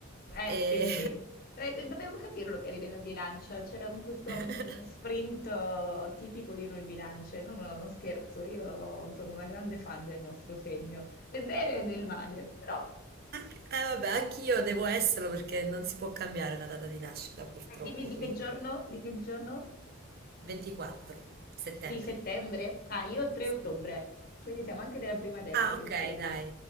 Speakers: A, on the left; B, on the right.
A: Eh,
B: E...
A: sì, sì. Eh, dovevo capirlo che eri della bilancia, c'era un- questo
B: <laughs>
A: mm, sprint eh, tipico di noi bilance. No, no, non scherzo, io sono una grande fan del nostro segno, del bene e del male, però.
B: Eh, vabbè, anch'io devo esserlo perché non si può cambiare la data di nascita, purtroppo,
A: Eh, Dimmi di
B: quindi
A: che giorno? Di che giorno?
B: 24 settembre.
A: Di settembre? Ah, io ho 3
B: Sì.
A: ottobre, quindi siamo anche della prima decade
B: Ah, ok,
A: insieme.
B: dai.